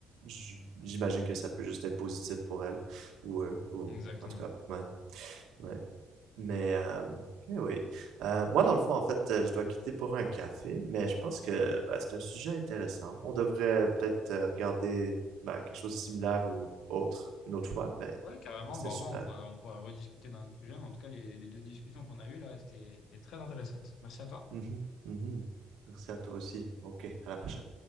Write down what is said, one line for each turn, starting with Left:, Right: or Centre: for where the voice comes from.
Right: j- j'imagine que ça peut juste être positif pour elles ou eux, ou
Left: Exactement.
Right: en tout cas, ouais, ouais. Mais, euh, mais oui. Euh, moi, dans le fond, en fait, euh, je dois quitter pour un café, mais je pense que bah, c'est un sujet intéressant. On devrait peut-être euh, regarder bah, quelque chose de similaire ou autre une autre fois, mais
Left: Ouais, carrément.
Right: mais c'était
Left: Bon,
Right: super.
Left: ouais, on pourra, on pourra rediscuter d'un autre sujet, mais en tout cas, les, les deux discussions qu'on a eues là, c'était c'était très intéressante. Merci à toi.
Right: Mhm, mhm. Merci à toi aussi. Ok, à la prochaine.